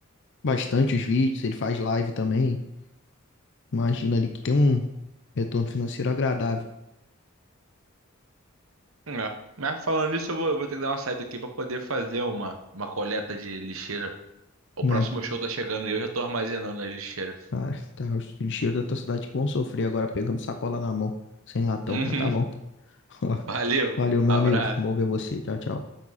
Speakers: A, on the left (about 60°); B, on the right (about 75°).
A: bastante os vídeos, ele faz live também. Imagina ali que tem um retorno financeiro agradável.
B: É. Mas falando nisso, eu vou, eu vou ter que dar uma saída aqui pra poder fazer uma, uma coleta de lixeira. O próximo
A: Ah, t-
B: show tá chegando e eu já tô armazenando a lixeira.
A: ah, tá, os lixeiros da tua cidade que vão sofrer agora pegando sacola na mão, sem latão,
B: Uhum.
A: mas tá bom. <laughs>
B: Valeu,
A: Valeu, meu
B: abraço.
A: amigo. Bom ver você. Tchau, tchau.